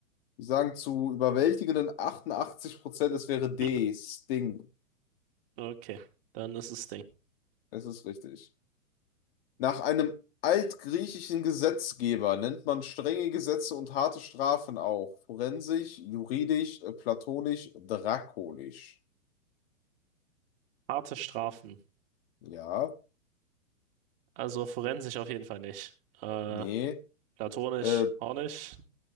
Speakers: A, on the left (about 45°); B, on the right (about 45°).
A: Wir sagen zu überwältigenden 88 Prozent, es wäre D,
B: <laughs>
A: Sting.
B: Okay, dann ist es Ding.
A: Es ist richtig. Nach einem altgriechischen Gesetzgeber nennt man strenge Gesetze und harte Strafen auch. Forensisch, juridisch, äh, platonisch, drakonisch.
B: Harte Strafen.
A: Ja,
B: Also forensisch auf jeden Fall nicht. Äh,
A: nee.
B: platonisch
A: Äh,
B: auch nicht.